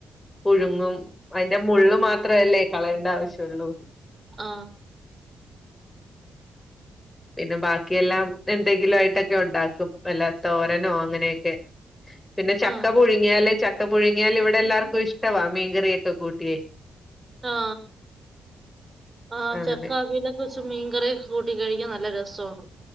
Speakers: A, on the left; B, on the right.
A: പുഴുങ്ങും അതിന്റെ മുള്ള് മാത്രവല്ലേ കളയേണ്ട ആവശ്യവുള്ളൂ
B: ആ
A: പിന്നെ ബാക്കിയെല്ലാം എന്തെങ്കിലും ആയിട്ടൊക്കെ ഉണ്ടാക്കും വല്ലാ തോരനോ അങ്ങനെയൊക്കെ പിന്നെ ചക്ക
B: ആഹ്
A: പുഴുങ്ങിയാലേ ച ക്കെ പുഴങ്ങിയാൽ ഇവിടെ എല്ലർക്ക ഇഷ്ടവാ മീൻകറിയൊക്കെ കൂട്ടിയേ
B: ആ ആ
A: അങ്ങനെ
B: ചക്ക അവിയൽഒക്കെ വച്ച മീൻ കറി കൂട്ടി കൂട്ടി കഴിക്കൻ നല്ല രസമാണ്